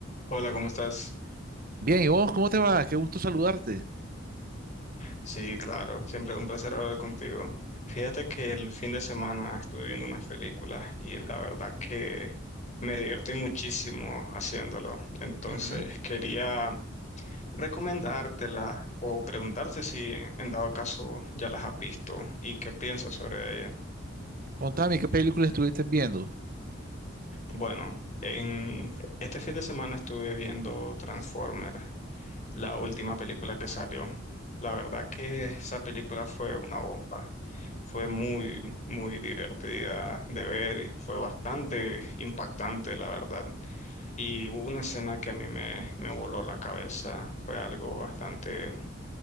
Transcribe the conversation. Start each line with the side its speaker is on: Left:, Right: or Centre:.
Left: Hola, ¿cómo estás?
Right: Bien, ¿y vos cómo te va? Qué gusto saludarte.
Left: Sí, claro, siempre un placer hablar contigo. Fíjate que el fin de semana estuve viendo unas películas y la verdad que me divertí muchísimo haciéndolo. Entonces
Right: Ujú.
Left: quería recomendártela o preguntarte si en dado caso ya las has visto y qué piensas sobre ella.
Right: Contame, ¿qué película estuviste viendo?
Left: Bueno, en este fin de semana estuve viendo Transformer, la última película que salió. La verdad que esa película fue una bomba. Fue
Right: Ajá.
Left: muy, muy divertida de ver, y fue bastante impactante, la verdad. Y hubo una escena que a mí me, me voló la cabeza, fue algo bastante,